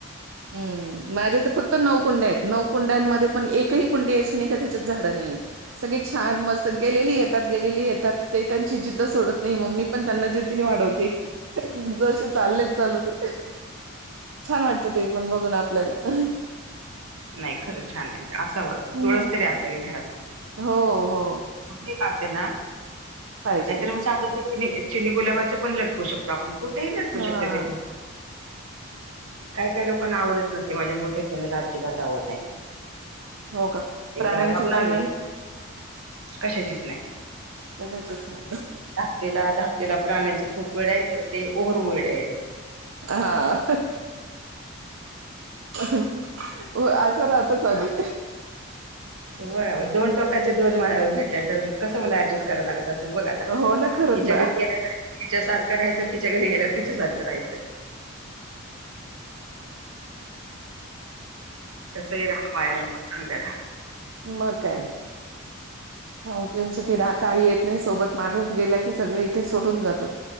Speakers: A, on the right; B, on the right.
A: हम् माझ्या तर फक्त नऊकुंड आहेत नऊकुंड्यांमध्ये पण एकही कुंडी अशी नाही का त्याच्यात झाडं नाही आहेतेत सगळी छान मस्त गेलेली येतात गेलेली येतात ते त्यांची जिद्द सोडत नाही मम्मी पण त्यांना जिद्दीने वाढवते जसे चाललेच चालू ते छान वाटत ते पण बघून आपल्याला
B: नाही खरंच छान आहे असावं
A: हम्म
B: तुळस तरी असावी घरात
A: हो हो
B: का असे ना
A: पाहिजे.
B: नाहीतर म स चिनी गुलाबाचं पण लटकू शकतो आपण कुठ ते लटकू
A: हां
B: शकत तिथ काय काय लोक कना आवडत नसते माझ्या मोठ्या सोन्याला अजिबात आवड नाही
A: हो का प्राण्यांची
B: र नाग
A: पण नाही
B: कशाचीच नाही
A: कशाची पण
B: धाकटेलाा त्याला प्राण्यांचा खूप वेळ आहे तर ते ओहरू वेळ आहे मग
A: हां. हो आज राहता चाले
B: हो दोन टोकाचे दोन भेटल्या तर कसं मला ऍडजस्ट कराय लागत अस बघ आता
A: हो ना खरंच
B: हिच्या
A: ना.
B: घरी गेल्या याच्या सारखं राहायं तिच्या घरी गेल्या तिच्यासारखं राहायचंय कसही राहा पायानोकत चांग राहा
A: मग काय हो पिऊन चुकीी ढाकाही येत नाही सोबत माणूस गेला की सगळे इथे सोडून जातो